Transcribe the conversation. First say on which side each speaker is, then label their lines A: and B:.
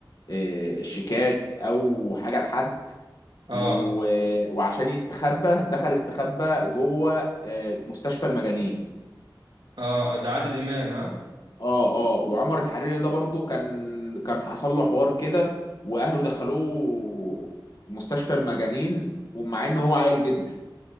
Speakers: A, on the left (about 55°); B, on the right (about 80°).
A: آه، شيكات او حاجه لحد
B: اه
A: و... وعشان يستخبى دخل استخبى جوه آه، مستشفى المجانين
B: اه ده عادل امام ها
A: اه اه وعمر الحريري ده برضو كان كان حصل له حوار كده واهله دخلوه مستشفى المجانين ومع ان هو عاقل جدا